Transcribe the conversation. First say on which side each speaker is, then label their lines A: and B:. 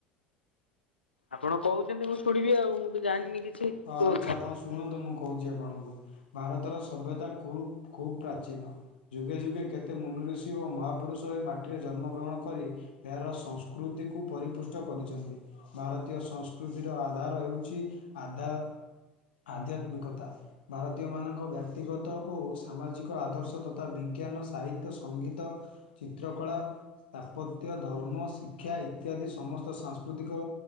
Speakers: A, on the left; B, on the left.
A: ଆପଣ କହୁଛନ୍ତି ମୁଁ ଶୁଣିବି ଆଉ ମୁଁ ତ ଜାଣିନି କିଛି।
B: ହଁ
A: କୁହନ୍ତୁ।
B: ଆଚ୍ଛା ଆପଣ ଶୁଣନ୍ତୁ ମୁଁ କହୁଚି ଆପଣଙ୍କୁ ଭାରତର ସଭ୍ୟତା ଖୁବ ଖୁବ ପ୍ରାଚୀନ। ଯୁଗେ ଯୁଗେ କେତେ ମନୁ ଋଷି ଓ ମହାପୁରୁଷ ଏ ମାଟିରେ ଜନ୍ମଗ୍ରହଣ କରି ଏହାର ସଂସ୍କୃତିକୁ ପରିପୃଷ୍ଟ କରିଚନ୍ତି। ଭାରତୀୟ ସଂସ୍କୃତିର ଆଧାର ହେଉଚି ଆଧା ଆଧ୍ୟାତ୍ମିକତା। ଭାରତୀୟମାନଙ୍କ ବ୍ୟକ୍ତିଗତ ଓ ସାମାଜିକ ଆଦର୍ଶ ତଥା ବିଜ୍ଞାନ ସାହିତ୍ୟ ସଙ୍ଗୀତ ଚିତ୍ରକଳା ସ୍ଥାପତ୍ୟ ଧର୍ମ ଶିକ୍ଷା ଇତ୍ୟାଦି ସମସ୍ତ ସାଂସ୍କୃତିକ।